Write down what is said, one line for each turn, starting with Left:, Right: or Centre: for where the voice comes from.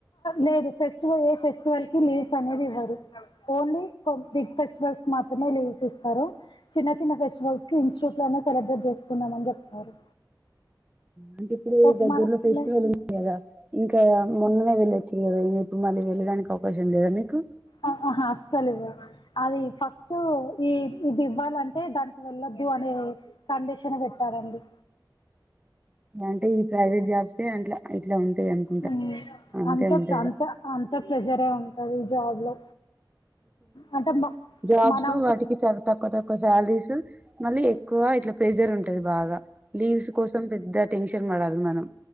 Left: లేదు ఫెస్టివల్ ఏ ఫెస్టివల్ కి లీవ్స్ అనేది ఇవ్వరు ఓన్లీ బిగ్ ఫెస్టివల్స్ కి మాత్రమే లీవ్స్ ఇస్తారు చిన్న చిన్న ఫెస్టివల్స్ కి ఇన్స్టిట్యూట్ లోనే సెలబ్రేట్ చేసుకుందామని చెప్తారు
Right: అంటే ఇప్పుడు
Left: ఒక
Right: దగ్గరలో
Left: మన
Right: పెస్టవెల్ ఉంది కదా ఇంకా మొన్ననే వెళ్ళొచ్చీరు కదా ఇ మళ్ళీ వెళ్ళడానికి అవకాశం లేదా నీకు
Left: ఆహా అస్సలు ఇవ్వరు అది ఫస్ట్ ఈ ఇది ఇవ్వాలంటే దానికి వెళ్ళొద్దు అనే కండిషన్ పెట్టారంండి
Right: అంటే ఈ ప్రైవేట్ జాబ్సే అంట్లా ఇట్లా ఉం టది అనుకుంట
Left: ఉమ్.
Right: అంతే
Left: అంత
Right: ఉంటది
Left: అంత అంత ప్రెషరే ఉంటది జాబ్ లో అంటే మ-
Right: జాబ్స్
Left: మన అవసరం
Right: వాటికి చాలా తక్కువ తక్కువ సాలరీస్ మళ్ళీ ఎక్కువ ఇట్లా ప్రెజర్ ఉంట అది బాగా బీన్స్ పెద్ద టెన్షన్ పడాలి మనం